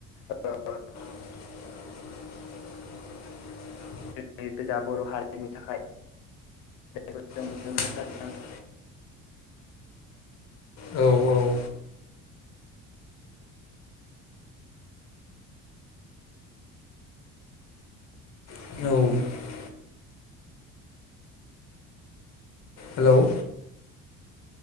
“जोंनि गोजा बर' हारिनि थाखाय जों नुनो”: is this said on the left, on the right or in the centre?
Left